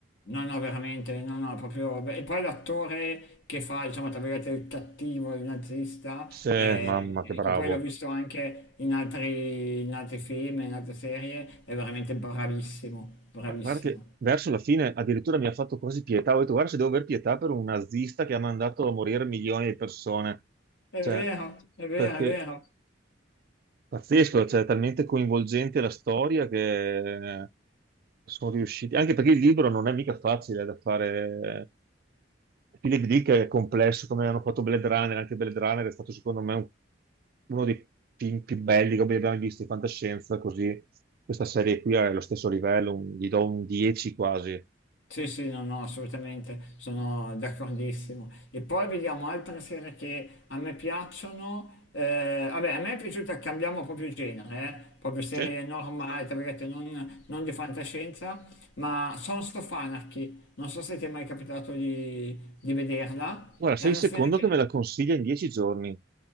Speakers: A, on the left (about 80°); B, on the right (about 50°).
A: No, no, veramente, no, no, proprio... beh, E poi l'attore che fa, diciamo, tra virgolette, il cattivo, il nazista,
B: Sì,
A: eh,
B: mamma,
A: e
B: che bravo.
A: che poi l'ho visto anche in altri, in altri film, in altre serie, è veramente bravissimo, bravissimo.
B: Ma Guarda che verso la fine addirittura mi ha fatto quasi pietà. Ho detto, guarda, se devo aver pietà per un nazista che ha mandato a morire milioni di persone.
A: È
B: Cioè,
A: vero, è vero,
B: perché
A: è vero.
B: pazzesco, cioè, è talmente coinvolgente la storia che eh, sono riusciti. Anche perché il libro non è mica facile da fare. Philip Dick è complesso, come hanno fatto Blade Runner. Anche Blade Runner è stato, secondo me, un- uno dei film più belli che abbiamo mai visto in fantascienza. Così, questa serie qui è allo stesso livello, un- gli do un 10 quasi.
A: Sì, sì, no, no, assolutamente, sono d'accordissimo. E poi vediamo altre serie che a me piacciono. eh, vabbè, a me è piaciuta, cambiamo proprio genere, eh, proprio serie
B: Sì.
A: normali, tra virgolette, non, non di fantascienza, ma Sons of Anarchy. Non so se ti è mai capitato di, di vederla.
B: Guarda, sei
A: È una
B: il secondo
A: serie che...
B: che me la consiglia in dieci giorni.